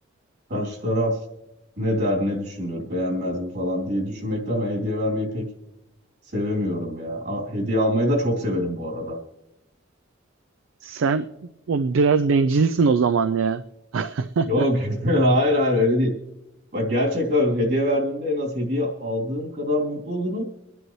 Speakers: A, on the right (about 55°); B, on the right (about 85°).
A: Karşı taraf ne der ne düşünür beğenmez mi falan diye düşünmekten ben hediye vermeyi pek sevemiyorum ya. A- Hediye almayı da çok severim bu arada.
B: Sen o biraz bencilsin o zaman ya. <laughs>
A: Yok <laughs> hayır hayır öyle değil. Bak gerçekten hediye verdiğimde en az hediye aldığım kadar mutlu olurum.